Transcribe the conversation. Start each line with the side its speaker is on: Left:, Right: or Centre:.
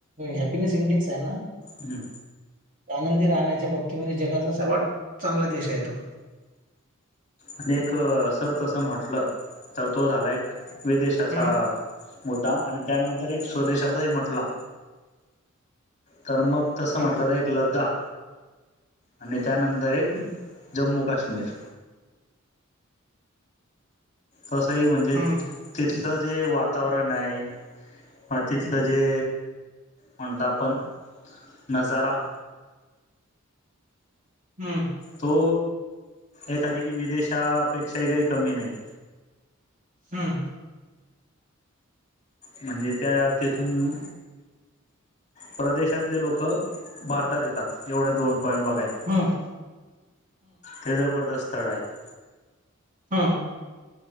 Right: हॅपीनेस इंडेक्स आहे ना.
Left: हम्म,
Right: आनंदी राहण्याच्या बाबतीमध्ये जगातला सर्वात चांगला देश आहे तो.
Left: आणि एक, सर तसं म्हटलं, तर तो झालायऽ विदेशाचा
Right: हम्म
Left: मुद्दा, आणि त्यानंतर एक स्वदेशाचाही म्हटलाऽ तर मग, तसं
Right: हम्म
Left: म्हटलं तर एकऽ लद्दाख,, आणि त्यानंतर एक, जम्मू काश्मीर, तसंही म्हणजे,
Right: हम्म
Left: तिथलं जे वातावरण आहेऽ म तिथलं जे, म्हणतो आपण नजाराऽ
Right: हम्म,
Left: तो, एखाद की विदेशापेक्षाही काही कमी नाही,,
Right: हम,
Left: म्हणजे त्या तेिथूनऽ प्रदेशातले लोक भारतात येतात एवढे दोन पॉइंट बघायत
Right: हम्
Left: ते जबरदस्त स्थळ आहेत
Right: हा